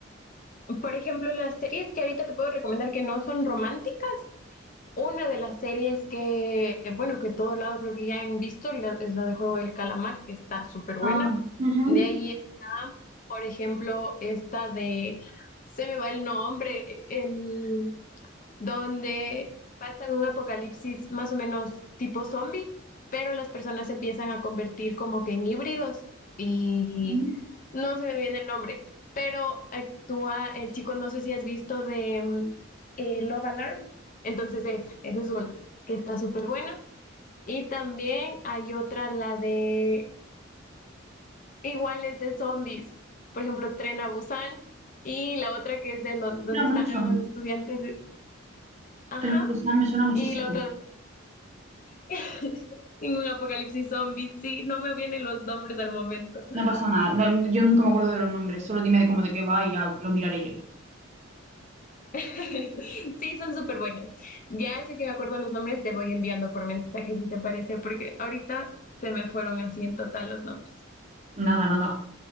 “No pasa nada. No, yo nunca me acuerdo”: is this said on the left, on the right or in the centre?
Right